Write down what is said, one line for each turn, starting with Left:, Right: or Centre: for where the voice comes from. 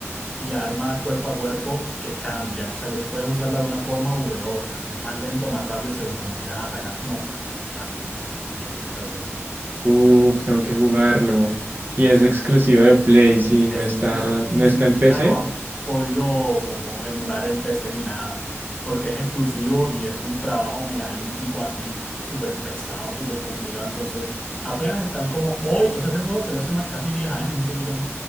Left: y armas cuerpo a cuerpo que cambian. O sea, que tú puedes usarla de una forma u de otra, que es más lento o más rápido según como quieras atacar. No, más que espectáculo. Es espectacular.
Right: uff, tengo que jugarlo. Y
Left: Sí,
Right: es exclusivo de Play, si no
Left: Es
Right: está,
Left: exclusivo, es que
Right: no
Left: ni siquiera
Right: está en PC.
Left: lo han podido como emular en PC ni nada, porque es exclusivo y es un trabajo megalítico así, súper pesado, súper complicado, entonces apenas están como hoy, o sea, ese juego salió hace más, casi 10 años, un poquito más,